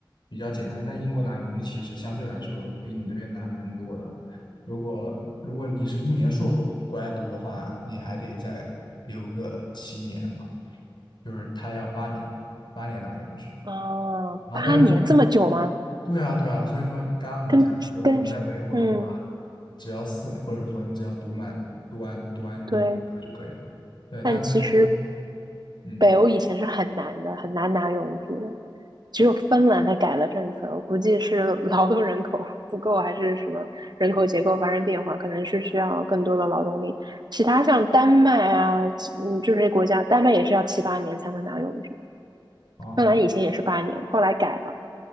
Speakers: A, on the left; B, on the right.
A: 比较简单，但英国拿永居其实相对来说比你那边难蛮多的。如果如果你是一年硕过来读的话，你还得再留个七年嘛，就是他要八年，八年拿永居。
B: 哦，
A: 然后但是，
B: 八年这么久吗？
A: 对啊对啊，所以说刚刚你像你说你在北欧的话，
B: 跟跟，嗯，
A: 只要四年，或者说你只要读满读完读完你的本科就可以了。
B: 对。
A: 对，
B: 但其实
A: 但这边嗯。
B: 北欧以前是很难的，很难拿永居的，只有芬兰它改了政策，我估计是劳动人口不够，还是什么人口结构发生变化，可能是需要更多的劳动力。其他像丹麦啊，就嗯，这些国家，丹麦也是要七八年才能拿永居，
A: 啊，
B: 芬兰以前也是八年，后来改了，